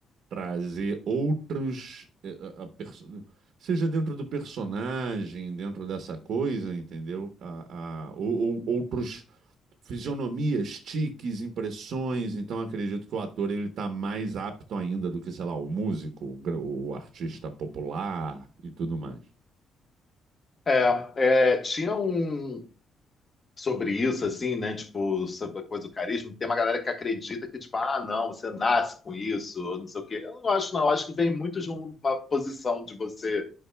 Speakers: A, on the right; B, on the left.
A: trazer outros, eh, a- a perso- seja dentro do personagem, dentro dessa coisa, entendeu? A, a- ou, ou- outros fisionomias, tiques, impressões. Então, acredito que o ator ele está mais apto ainda do que, sei lá, o músico, o, gra- o artista popular e tudo mais.
B: é, é, tinha um sobre isso, assim, né? Tipo, sobre a coisa do carisma, tem uma galera que acredita que, tipo, ah, não, você nasce com isso, ou não sei o quê. Eu não acho, não, Eu acho que vem muito de uma posição de você